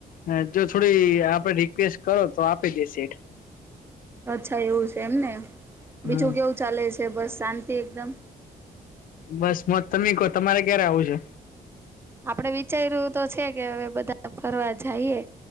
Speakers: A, on the left; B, on the right.
A: હા જો થોડી આપડે રિક્વેસ્ટ કરો તો આપે દે સેઠ.
B: અચ્છા એવું છે એમને.
A: હમ
B: બીજું કેવું ચાલે છે બસ શાંતિ એકદમ.
A: બસ મત તમે કો તમારે ક્યારે આવું છે?
B: આપડે વિચાર્યું તો છે કે હવે બધા ફરવા જાઈએ.